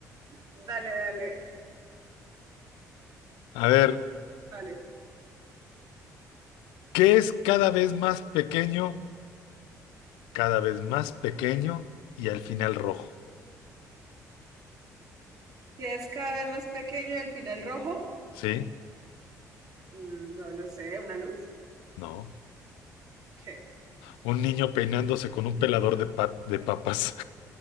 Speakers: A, on the right; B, on the left.
A: <laughs> Dale, dale,
B: A ver,
A: dale.
B: ¿qué es cada vez más pequeño, cada vez más pequeño y al final rojo?
A: ¿Qué es cada vez más pequeño y al final rojo?
B: ¿Sí?
A: Mm, No lo sé, ¿una luz?
B: No.
A: ¿Qué es?
B: Un niño peinándose con un pelador de, pa- de papas.